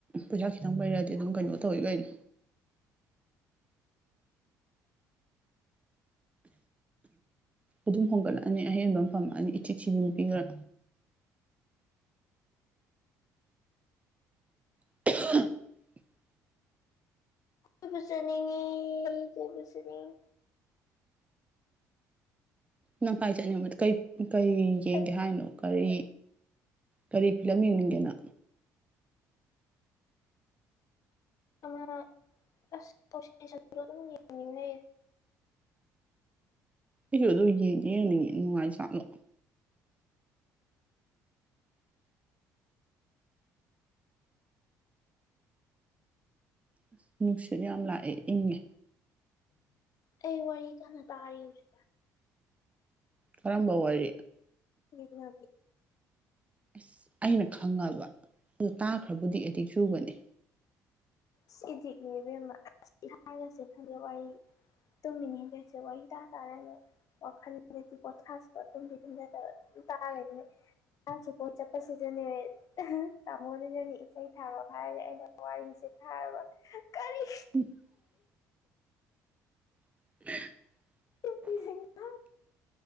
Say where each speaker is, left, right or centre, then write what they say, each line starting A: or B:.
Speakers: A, on the right; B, on the left.
A: ꯄꯩꯁꯥ ꯈꯤꯇꯪ ꯄꯩꯔꯛꯑꯗꯤ ꯑꯗꯨꯝ ꯀꯩꯅꯣ ꯇꯧꯏ ꯀꯅꯤ ꯑꯗꯨꯝ ꯍꯣꯡꯒꯠꯂꯛꯑꯅꯤ ꯑꯍꯦꯟꯕ ꯑꯃ ꯐꯝꯑꯅꯤ ꯏꯆꯤ ꯊꯕꯤ ꯅꯨꯄꯤ ꯈꯔ <unintelligible>
B: ꯀ ꯄꯨꯕꯨꯖꯅꯤꯡꯉ ꯀꯣꯏ ꯄꯨꯁꯤꯅꯤꯡ
A: ꯅꯪ ꯄꯥꯏ ꯆꯠꯅꯤꯡꯕꯗ ꯀꯩ ꯀꯔꯤ ꯌꯦꯡꯒꯦ
B: ꯑꯩ
A: ꯍꯥꯏꯅꯣ ꯀꯔꯤ ꯀꯔꯤ ꯐꯤꯂꯝ ꯌꯦꯡꯅꯤꯡꯒꯦꯅꯣ
B: ꯀ꯭ꯂ ꯁꯤꯁꯝ ꯅꯤꯡꯉ
A: ꯑꯗꯨꯁꯨ ꯑꯗꯨꯝ ꯌꯦꯡ ꯌꯦ ꯅꯨꯡꯉꯥꯏ ꯁꯅ ꯑꯁ ꯅꯨꯡꯁꯤꯠ ꯌꯥꯝ ꯂꯥꯛꯑꯦ ꯏꯪꯉꯦ
B: ꯑꯩ ꯋꯥꯔꯤ ꯀꯅ ꯇꯥꯔꯤꯁꯦ
A: ꯀꯔꯝꯕ ꯋꯥꯔꯤ
B: ꯍ
A: ꯑꯁ ꯑꯩꯅ ꯈꯪꯉꯕ ꯑ ꯇꯥꯈ꯭ꯔꯕꯨꯗꯤ ꯑꯦꯗꯤꯛ ꯆꯨꯕꯅꯤ
B: ꯁꯤꯗꯤꯅꯦꯕ ꯍꯥꯏꯔꯒꯁꯦ ꯈꯪꯉꯦ ꯋꯥꯔꯤ ꯇꯨꯝꯃꯤ ꯅꯤꯡꯖꯁꯦ ꯋꯥ ꯍꯤ ꯇ ꯇꯥꯔꯅꯤ ꯋꯥꯈꯜꯗꯗꯤ ꯄꯣꯊꯁꯤꯀꯣ ꯇꯨꯝꯗꯤ ꯇꯨꯝꯖꯗꯕ ꯇꯥꯅꯦ ꯆꯁꯨꯨꯄꯣꯠ ꯆꯠꯄꯁꯤꯗꯅꯦ ꯇꯥꯃꯣꯗꯅꯅꯦ ꯏꯁꯩ ꯊꯥꯔꯣ ꯍꯥꯏꯔꯒ ꯑꯩꯅ ꯋꯥꯔꯤꯁꯦ ꯍ ꯀꯔꯤ
A: <inaudible> <unintelligible>
B: ꯅꯨꯄꯤꯁꯤꯡꯁꯤꯕꯣ